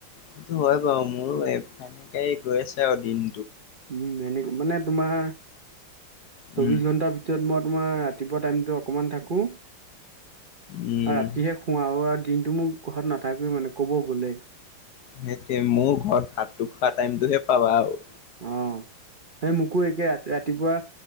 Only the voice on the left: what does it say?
সেইটো হয় বাৰু মোৰো এ সনেক গৈ আছে আৰু দিন
উম
উম
সেইটোয়ে মোৰ ঘৰত ভাতটো খোৱা টাইমতটোহে পাবা আৰু